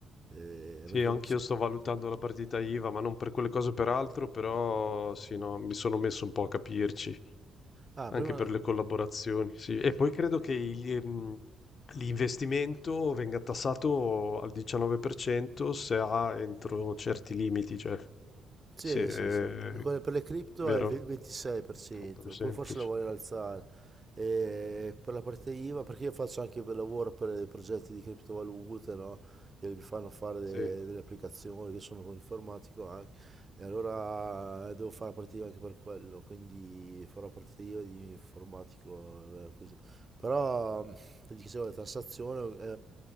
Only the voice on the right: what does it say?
Eh,
perché
non si-
Ah,
prima...
Sì,
sì, sì. E quella Per le cripto
è il ve- 26%,
poi forse la vogliono alzare. E per la parte IVA, perché io faccio anche per lavoro per dei progetti di criptovalute, no? Che mi fanno fare de-
delle applicazioni, che sono un informatico anche. E allora eh, devo fare la partita IVA anche per quello, quindi farò la partita IVA di informatico, eh, così. Però, ti dicevo, la tassazione